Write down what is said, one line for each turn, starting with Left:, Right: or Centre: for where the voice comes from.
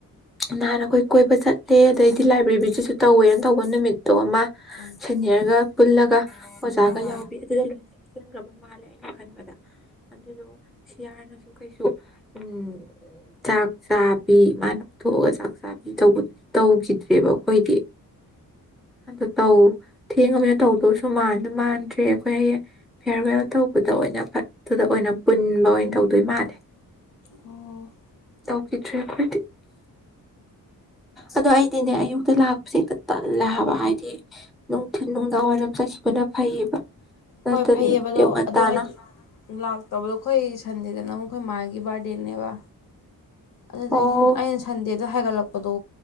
Centre: ꯅꯍꯥꯟ ꯑꯩꯈꯣꯏ ꯀꯣꯏꯕ ꯆꯠꯂꯦ ꯑꯗꯩꯗꯤ ꯂꯥꯏꯕ꯭ꯔꯦꯔꯤꯁꯨ ꯇꯧꯋꯦꯅ ꯇꯧꯕ ꯅꯨꯃꯤꯠꯇꯣ ꯑꯃ
Left: ꯎꯝ
Centre: ꯁꯦꯅꯤꯌꯔꯒ
Left: ꯎꯝ ꯎꯝ
Centre: ꯄꯨꯜꯂꯒ ꯑꯣꯖꯥꯒ
Left: ꯍꯣꯏ ꯍꯣꯏ
Centre: ꯌꯥꯎꯕꯤ ꯑꯗꯨꯗ ꯂꯣꯏꯅ ꯍꯥꯞꯆꯤꯟꯈ꯭ꯔꯕ ꯃꯥꯜꯂꯦ ꯑꯩꯅ ꯈꯟꯕꯗ ꯑꯗꯨꯗꯣ ꯁꯤꯌꯥꯔꯅꯁꯨ ꯀꯩꯁꯨ ꯎꯝ ꯆꯥꯛ ꯆꯥꯕꯤ ꯃꯥꯅꯄꯨꯊꯣꯛꯑꯒ ꯆꯥꯛ ꯆꯥꯕꯤ ꯇꯧꯕꯗꯨꯁꯨ ꯇꯧꯈꯤꯗꯔꯦ ꯦꯕ ꯑꯩꯈꯣꯏꯗꯤ ꯑꯗꯨ ꯇꯧ ꯊꯦꯡꯉꯃꯤꯅ ꯇꯧꯗꯧꯁꯨ ꯃꯥꯟꯁꯨ ꯃꯥꯟꯗ꯭ꯔꯦ ꯑꯩꯈꯣꯏ ꯍꯌꯦꯡ ꯐꯤꯌꯔꯋꯦꯜ ꯇꯧꯕꯗ ꯑꯣꯏꯅ ꯐꯠꯇꯨꯗ ꯑꯣꯏꯅ ꯄꯨꯟꯕ ꯑꯣꯏꯅ ꯇꯧꯗꯣꯏ ꯃꯥꯜꯂꯦ
Left: ꯎꯝ
Centre: ꯇꯧꯈꯤꯗ꯭ꯔꯦ ꯑꯩꯈꯣꯏꯗꯤ ꯑꯗꯣ ꯑꯩ ꯗꯤꯅꯦ ꯑꯌꯨꯛꯇ ꯂꯥ ꯛꯄꯁꯦ ꯍꯦꯛꯇ ꯇꯜꯂꯦ ꯍꯥꯏꯕ ꯍꯥꯏꯗꯤ ꯅꯨꯡꯊꯤꯟ ꯅꯨꯡꯗꯥꯡꯋꯥꯏꯔꯝ ꯆꯠꯈꯤꯕꯅ ꯐꯩꯌꯦꯕ ꯅ
Left: ꯍꯣꯏ
Centre: ꯇꯅꯤ
Left: ꯐꯩꯌꯦꯕꯗꯣ
Centre: ꯏꯧ
Left: ꯑꯗꯣ
Centre: ꯇꯅ
Left: ꯑꯩꯗꯤ
Centre: <unintelligible>
Left: ꯂꯥꯛꯇꯕꯗꯣ ꯑꯩꯈꯣꯏ ꯁꯟ ꯑꯩꯈꯣꯏ ꯃ ꯃꯥꯒꯤ ꯕꯥꯔꯗꯅꯦꯕ ꯑꯗꯨꯗꯒꯤ
Centre: ꯑꯣ
Left: ꯑꯩꯅ ꯁꯟꯗꯦꯗ ꯁꯤꯗ ꯍꯥꯏꯒꯠꯂꯛꯄꯗꯣ